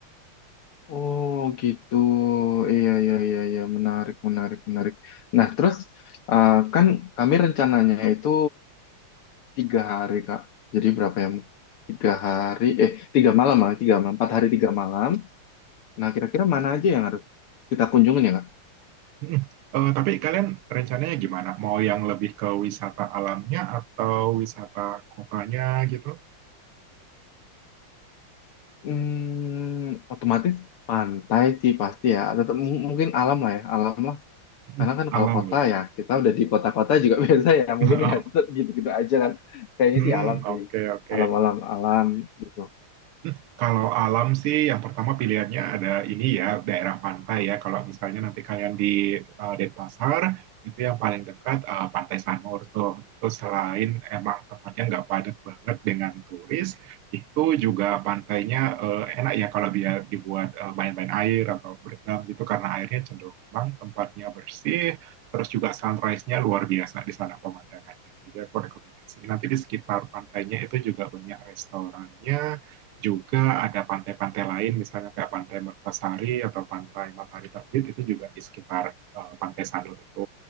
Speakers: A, on the left; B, on the right.
A: Oh gitu, iya iya iya iya menarik menarik menarik. Nah terus eh, kan kami rencananya itu tiga hari Kak, jadi berapa ya? Tiga hari, eh tiga malam lah, tiga malam, empat hari tiga malam. Nah kira-kira mana aja yang harus kita kunjungin ya Kak?
B: Mm. Eh, tapi kalian rencananya gimana? Mau yang lebih ke wisata alamnya atau wisata kotanya gitu?
A: Hmm, otomatis pantai sih pasti ya, atau mungkin alam lah ya, alam lah
B: Mm,
A: Karena kan
B: Alam
A: kalau kota
B: ya.
A: ya, kita udah di kota-kota juga <laughs> biasa ya,
B: <laughs>
A: mungkin ya tetep gitu-gitu aja kan. Kayaknya
B: Hmm,
A: sih alam
B: oke
A: sih,
B: oke.
A: alam-alam alam gitu.
B: Hmm, Kalau alam sih yang pertama pilihannya ada ini ya daerah pantai ya. Kalau misalnya nanti kalian di eh, Denpasar itu yang paling dekat eh, Pantai Sanur tuh. Itu selain emang tempatnya nggak padat banget dengan turis, itu juga pantainya eh, enak ya kalau dia dibuat eh, main-main air atau berenang gitu karena airnya cenderung tenang, tempatnya bersih, terus juga sunrise-nya luar biasa di sana pemandangannya. Jadi aku rekomendasi. Nanti di sekitar pantainya itu juga banyak restorannya juga ada pantai-pantai lain, misalnya kayak Pantai Mertasari atau Pantai Matahari Terbit itu juga di sekitar eh, Pantai Sanur itu.